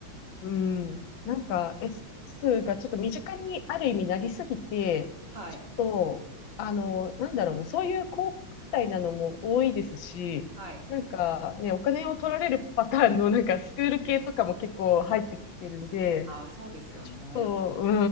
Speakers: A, on the left; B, on the right.
A: うん。なんか、S がちょっと身近にある意味なりすぎて、
B: はい。
A: ちょっと、あの、なんだろうな、そういう高価なのも多いですし、
B: はい。
A: なんかね、お金を取られるパターンのなんかスクール系とかも結構入ってきてるんで、
B: あ、そうですよね。
A: ちょっと、う